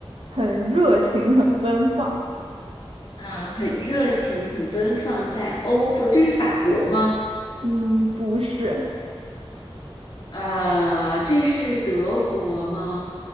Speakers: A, on the right; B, on the left.
A: 很热情，很奔放。
B: 嗯、很热情，很奔放，在欧洲，这是法国吗？
A: 嗯，不是，
B: 呃，这是德国吗？